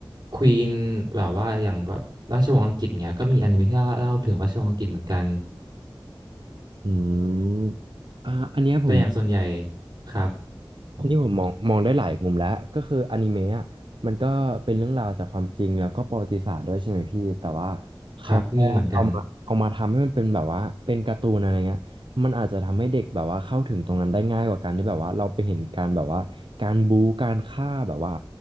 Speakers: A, on the right (about 50°); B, on the right (about 70°).
A: ควีนแบบว่าอย่างแบบราชวงศ์อังกฤษเนี้ยก็มีอนิเมะที่เล่าถึงราชวงศ์อังกฤษเหมือนกัน
B: อืมอ่าอันเนี้ยผม
A: แต่อย่างส่วนใหญ่ครับ
B: นที่ผมมองมองได้หลายมุมแล้วก็คืออนิเมะอะมันก็เป็นเรื่องราวจากความจริงแล้วก็ประวัติศาสตร์ด้วยใช่ไหมพี่แต่ว่าเขาแค่เอามาเอามาทำให้มันเป็นแบบว่าเป็นการ์ตูนอะไรเงี้ยมันอาจจะทำให้เด็กแบบว่าเข้าถึงตรงนั้นได้ง่ายกว่าการที่แบบว่าเราไปเห็นการแบบว่าการบู๊การฆ่าแบบว่า
A: ครับมีเหมือนกัน